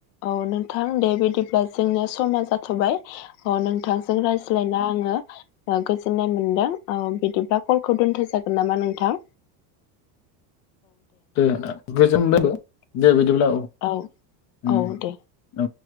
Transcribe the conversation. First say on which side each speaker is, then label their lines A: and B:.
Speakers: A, on the left; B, on the left.
A: औ नोंथां दे बिदिब्ला जोंनिया समा जाथबाय औ नोंथांजों रायज्लायना आङो गोजोननाय मोनदों औ बिदिब्ला कलखौ दोनथ जागो न नामा नोंथां
B: दे <unintelligible> दे बिदिब्ला
A: औ
B: उम
A: औ दे
B: औ